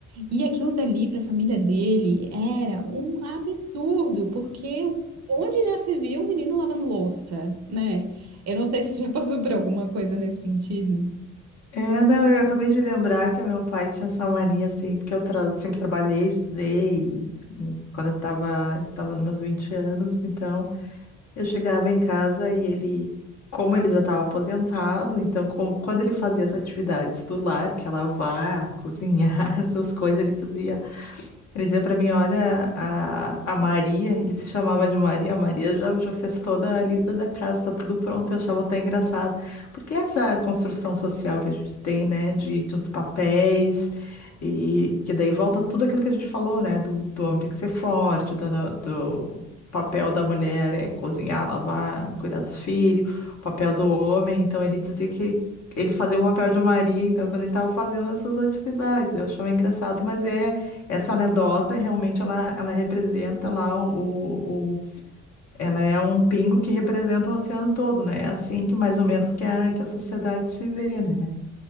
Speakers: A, on the right; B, on the left.
A: E aquilo dali para a família dele era um absurdo, porque onde já se viu um menino lavando louça, né? Eu não sei se você já passou por alguma coisa nesse sentido.
B: É, não, eu acabei de lembrar que meu pai tinha essa mania, assim, porque eu tra- sempre trabalhei, estudei, e, hum, quando eu tava, tava nos meus 20 anos, então. Eu chegava em casa e ele, como ele já estava aposentado, então com- quando ele fazia as atividades do lar, que é lavar, <laughs> cozinhar, essas coisas, ele dizia. Ele dizia pra mim, olha, a, a Maria, ele se chamava de Maria, a Maria já, já fez toda a lida da casa, tá tudo pronto, eu achava até engraçado. Porque essa construção social que a gente tem, né, de, de os papéis, e que daí volta tudo aquilo que a gente falou, né, do, do homem ter que ser forte, do, do papel da mulher é cozinhar, lavar, cuidar dos filhos, o papel do homem, então ele dizia que ele fazia o papel de Maria, então, quando ele estava fazendo essas atividades, eu achava engraçado, mas é essa anedota realmente ela, ela representa lá o, o, o- ela é um pingo que representa o oceano todo, né? É assim que mais ou menos que a, que a sociedade se vê, né?